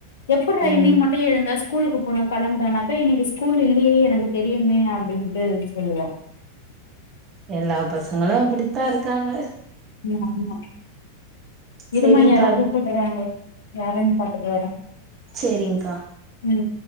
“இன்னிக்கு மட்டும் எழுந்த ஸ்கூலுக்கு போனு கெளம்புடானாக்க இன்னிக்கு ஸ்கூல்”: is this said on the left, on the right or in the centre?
Left